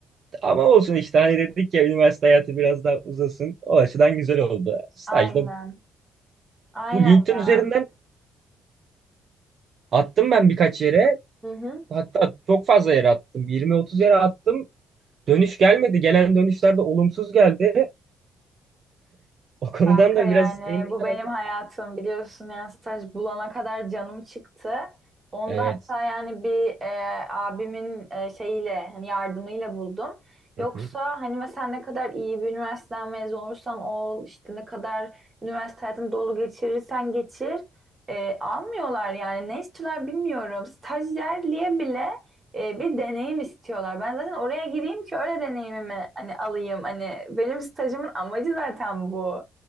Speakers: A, on the right; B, on the right.
A: Ama olsun işte hani dedik ya üniversite hayatı biraz daha uzasın. O açıdan güzel oldu. Stajda
B: Aynen. Aynen.
A: bu LinkedIn üzerinden
B: ya.
A: attım ben birkaç yere.
B: Hı hı.
A: Hatta çok fazla yere attım. 20-30 yere attım. Dönüş gelmedi. Gelen dönüşler de olumsuz geldi. O konudan
B: Kanka
A: da
B: yani
A: biraz endişelendim.
B: bu benim hayatım biliyorsun yani staj bulana kadar canım çıktı. Onda
A: Evet.
B: hatta yani bir e, abimin e, şeyiyle hani yardımıyla buldum. Yoksa
A: Hı hı,
B: hani mesela ne kadar iyi bir üniversiteden mezun olursan ol işte ne kadar üniversite hayatını dolu geçirirsen geçir e, almıyorlar yani ne istiyorlar bilmiyorum. Stajyerliğe bile e, bir deneyim istiyorlar. Ben zaten oraya gireyim ki öyle deneyimimi hani alayım. Hani benim stajımın amacı zaten bu.